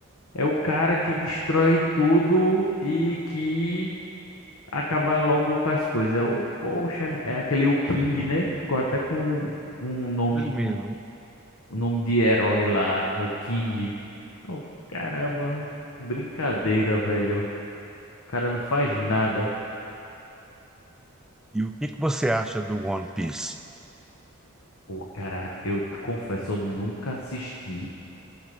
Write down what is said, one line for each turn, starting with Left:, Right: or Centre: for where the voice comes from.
Left: é o cara que destrói tudo e que acaba logo com as coisas. É o, poxa, é aquele o King, né? Ficou até com um nome
Centre: Ele
Left: de,
Centre: mesmo.
Left: um nome de herói lá, o King. Oh, caramba, brincadeira, velho. O cara não faz nada.
Centre: E o que que você acha do One Piece?
Left: Pô, cara, eu te confesso, eu nunca assisti.